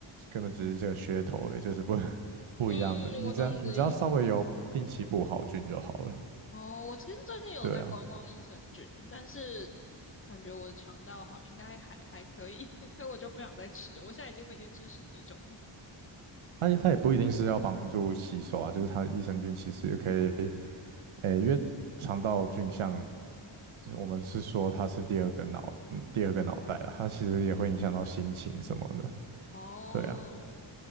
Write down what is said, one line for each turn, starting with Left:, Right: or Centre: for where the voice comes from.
Right: 根本只是这个噱头而已，就是不 <laughs> 不一样的。
Left: 嗯，
Right: 你只要你只要稍微有定期补好菌就好了。
Left: 我懂你的意思。哦，我其实最近有在观望益生菌，
Right: 对啊，
Left: 但是感觉我的肠道好，应该还还可以，<laughs> 所以我就不想再吃了。我现在已经每天吃十几种了。
Right: 它也它也不一定是要帮助吸收啊，就是它益生菌其实可以，诶、因为肠道菌像我们是说它是第二个脑，嗯，第二个脑袋啊，它其实也会影响到心情什么的。
Left: 嗯，哦，
Right: 对啊，